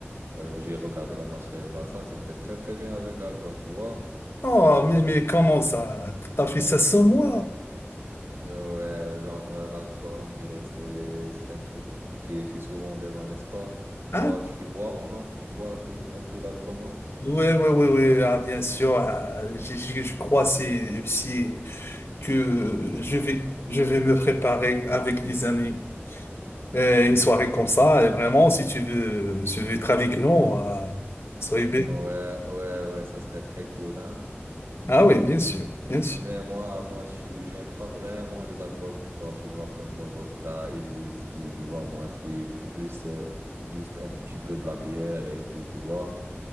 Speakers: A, on the right; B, on the left.
A: euh, j'ai regardé le match Real Barça. C'était très, très bien avec l'alcool, tu vois.
B: Oh, mais, mais comment ça? T'as fait ça sans moi?
A: Ouais, ouais, genre, euh, l'alcool, on dirait, c'est, c'est un truc qui fait souvent débat, n'est-ce pas?
B: Hein?
A: Toi, tu bois ou non? Tu bois un peu, un peu d'alcool, non?
B: Ouais, ouais, ouais, ouais. Ah, bien sûr. ah, j'ai- j'ai- je crois c'est c'est que je vais, je vais me préparer avec des amis. Euh, une soirée comme ça. Et vraiment, si tu veux, si tu veux être avec nous, ah, soyez
A: Mm,
B: bien.
A: Ouais, ouais, ouais, ça serait très cool, hein?
B: Ah oui, bien sûr, bien sûr.
A: Mais moi, moi, je suis- j'aime pas vraiment les alcools forts, tu vois, comme le vodka et le whisky, tu vois. Moi, je suis plus euh, juste un petit peu de la bière et tout, tu vois.